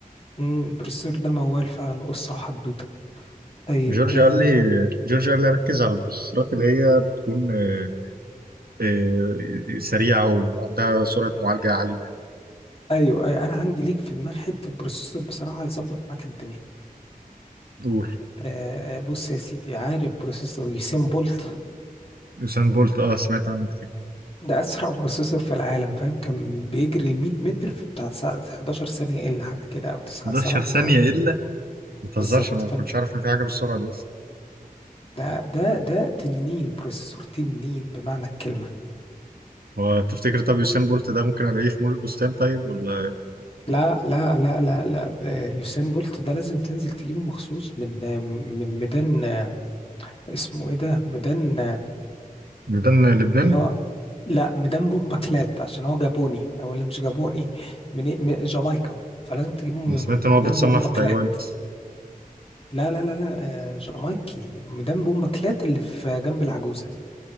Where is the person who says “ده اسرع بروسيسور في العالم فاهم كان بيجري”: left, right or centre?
Left